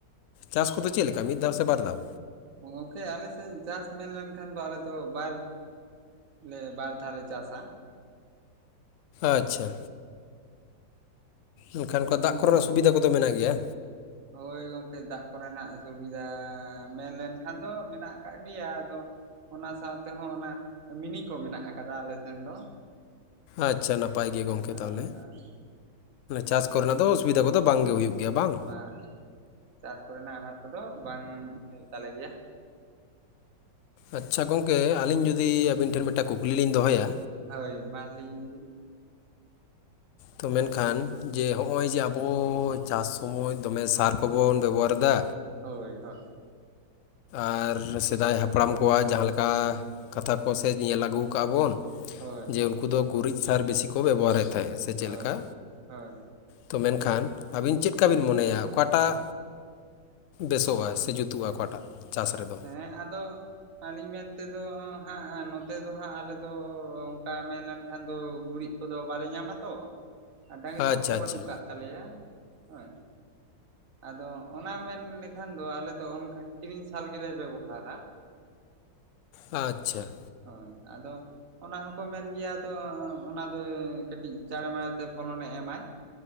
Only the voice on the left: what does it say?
ᱪᱟᱥ ᱠᱚᱫᱚ ᱪᱮᱫ ᱞᱮᱠᱟ ᱢᱤᱫ ᱫᱷᱟᱣ ᱥᱮ ᱵᱟᱨ ᱫᱷᱟᱣ?
ᱟᱪᱪᱷᱟ, ᱮᱱᱠᱷᱟᱱ
ᱚᱱᱠᱟ ᱫᱟᱜ
ᱠᱚᱨᱮᱱᱟᱜ
ᱥᱩᱵᱤᱫᱟ ᱠᱚᱫᱚ ᱢᱮᱱᱟᱜ ᱜᱮᱭᱟ?
ᱟᱪᱪᱷᱟ ᱱᱟᱯᱟᱭ ᱜᱮ ᱜᱚᱝᱠᱮ
ᱛᱟᱦᱚᱞᱮ
ᱪᱟᱥ ᱠᱚᱨᱮᱱᱟᱜ ᱫᱚ ᱚᱥ ᱵᱤᱫᱟ ᱠᱚᱫᱚ ᱵᱟᱝ ᱜᱮ ᱦᱩᱭᱩᱜ ᱜᱮᱭᱟ ᱵᱟᱝ?
ᱟᱪᱪᱷᱟ ᱜᱚᱝᱠᱮ ᱟᱹᱞᱤᱧ ᱡᱩᱫᱤ ᱟᱹᱵᱤᱱ ᱴᱷᱮᱱ ᱢᱤᱫᱴᱮᱱ ᱠᱩᱠᱞᱤ ᱞᱤᱧ ᱫᱚᱦᱚᱭᱟ।
ᱛᱚ ᱢᱮᱱᱠᱷᱟᱱ ᱡᱮ ᱦᱚᱜᱼᱚᱭ ᱡᱮ ᱟᱵᱚ ᱪᱟᱥ ᱥᱚᱢᱚᱭ ᱫᱚᱢᱮ ᱥᱟᱨ ᱠᱚᱵᱚᱱ ᱵᱮᱵᱚᱦᱟᱨᱫᱟ᱾
ᱟᱨ ᱥᱮᱫᱟᱭ ᱦᱟᱯᱲᱟᱢ ᱠᱚᱣᱟᱜ ᱡᱟᱦᱟᱸ ᱞᱮᱠᱟ ᱠᱟᱛᱷᱟ ᱠᱚ ᱥᱮ ᱧᱮᱞ ᱟᱹᱜᱩ ᱟᱠᱟᱜᱼᱟ ᱵᱚᱱ᱾
ᱡᱮ ᱩᱱᱠᱩ ᱫᱚ ᱜᱩᱨᱤᱡ ᱥᱟᱨ ᱵᱤᱥᱤ ᱠᱚ ᱵᱮᱵᱚᱦᱟᱨᱮᱫ ᱛᱟᱦᱮᱸᱜ ᱥᱮ ᱪᱮᱫ
ᱞᱮᱠᱟ?
ᱛᱚ ᱢᱮᱱᱠᱷᱟᱱ ᱟᱵᱤᱱ ᱪᱮᱫᱠᱟ ᱵᱤᱱ ᱢᱚᱱᱮᱭᱟ ᱚᱠᱟᱴᱟᱜ ᱵᱮᱥᱚᱜᱼᱟ, ᱥᱮ ᱡᱩᱛᱩᱜᱼᱟ ᱚᱠᱟᱴᱟᱜ ᱪᱟᱥ ᱨᱮᱫᱚ?
ᱟᱪᱪᱷᱟ
ᱟᱪᱪᱷᱟ
ᱟᱪᱪᱷᱟ᱾